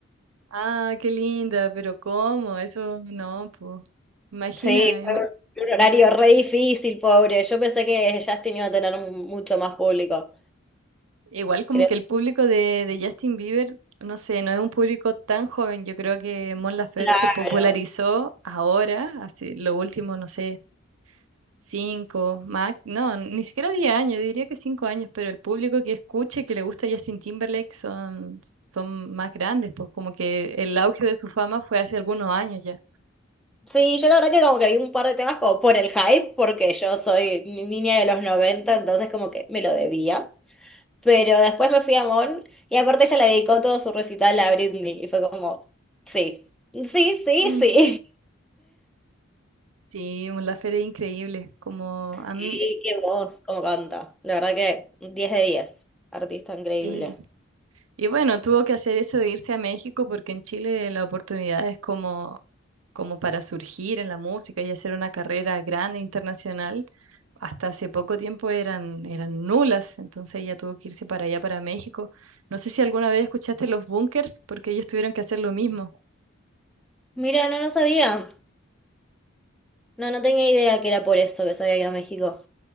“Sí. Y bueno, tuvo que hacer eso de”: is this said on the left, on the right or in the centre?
Right